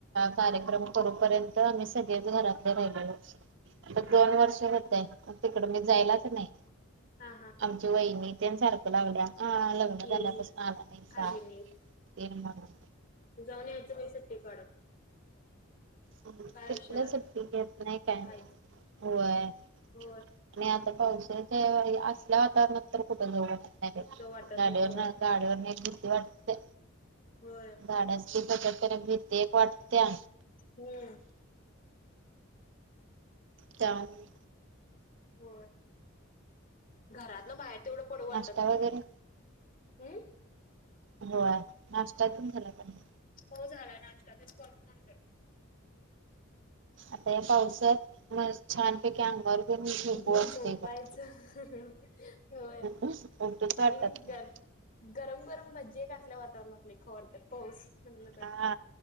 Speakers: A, on the right (about 60°); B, on the left (about 40°).
A: कार्यक्रम करू पर्यंत आम्ही सगळेच घरातले राहिलेलो. आता
B: हा.
A: दोन वर्ष होतंय, तिकड मी जायलाच नाही.
B: हा हा..
A: आमची वहिणीने तेन सारखं लागल्या. अं.. लग्नं
B: येईल
A: झाल्या पासन आला, नाही सा
B: आली मी
A: तेन म्हणून.
B: जाऊन यायचं बाई सुट्टी काढून.
A: कुठलं
B: आयुष्याला
A: सुट्टी घेत नाही, काय नाय.
B: हायच
A: व्हयं...
B: होय
A: आणि आता पावसाच्या असल्या, वातावरणात तर कुठं जाऊ वाटत नाही
B: इतकं वाटत
A: गाडीवरन.
B: नाही होय
A: गाडीवरनं एक भीती वाटते.
B: होय.
A: पाण्याच्या तिथं जात्यात तेन भिती एक वाटत्या.
B: हम्म.
A: त्यामुळं
B: होय. घरातनं बाहेर तेवढं पडू वाटत
A: नाश्ता
B: नाही
A: वगैरे
B: बघ. अं?
A: होय. नाश्ता तेन झाला का नाही?
B: हो झालाय, नाश्ता तेन करून आलोय.
A: आता या पावसात मस्त छानपैकी अंगावर घेऊन झोपू
B: घेऊन
A: वाटतंय.
B: झोपायचं
A: <unintelligible>
B: होय
A: उठूच वाटत
B: आणि
A: नाही.
B: घर गरम गरम भजी एक असल्या वातावरणात लई खाऊ वाटत्यात. पाऊस म्हटलं तर
A: हा